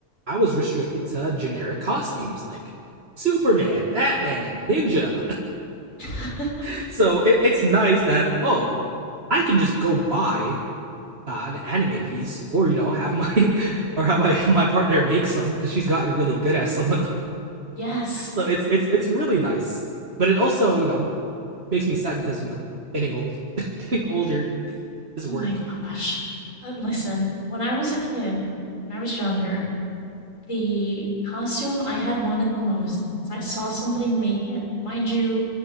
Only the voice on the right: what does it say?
I was restricted to generic costumes like Superman, Batman, Ninja.
<laughs> so it, it's nice that oh, I can just go buy uh, an anime piece, or you know, have my <laughs> or have my <laughs> my partner make some because she's gotten really good at some of
so it's it's it's really nice, but it also you know makes me sad because you know getting old, <laughs> getting older is
work.
<laughs>